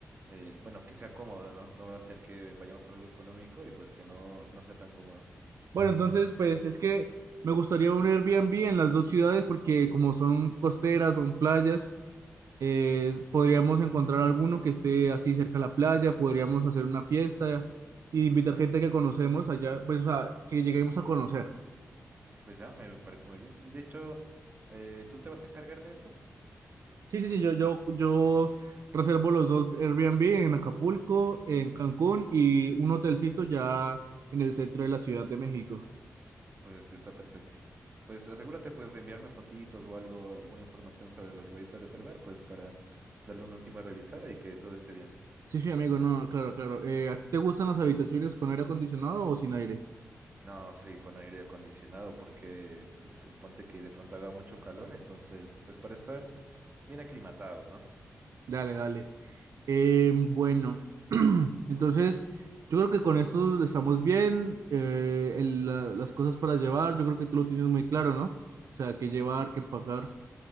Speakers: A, on the right; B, on the right.
A: eh, bueno, que sea cómodo, ¿no? No va a ser que vayamos por algo económico y pues que no, no sea tan cómodo.
B: Bueno, entonces pues es que me gustaría un Airbnb en las dos ciudades porque como son costeras, son playas, eh, podríamos encontrar alguno que esté así cerca de la playa, podríamos hacer una fiesta e invitar gente que conocemos allá, pues o sea, que lleguemos a conocer.
A: Pues ya, me parece muy bien. Y de hecho, eh, ¿tú te vas a encargar de eso?
B: Sí, sí, sí, yo, yo, yo reservo los dos Airbnb en Acapulco, en Cancún y un hotelcito ya en el centro de la Ciudad de México.
A: Pues está perfecto. Pues asegúrate pues de enviarme fotitos o algo, alguna información sobre lo que vayas a reservar, pues para darle una última revisada y que todo esté bien.
B: Sí, sí, amigo, no, claro, claro. Eh, ¿a ti te gustan las habitaciones con aire acondicionado o sin aire?
A: No, sí, con aire acondicionado, porque pues, ponte que de pronto haga mucho calor, entonces, pues para estar Bien aclimatados, ¿no?
B: Dale, dale. Eh, bueno, <clears throat> entonces yo creo que con esto estamos bien. eh, el- la- las cosas para llevar, yo creo que tú lo tienes muy claro, ¿no? O sea, qué llevar, qué empacar.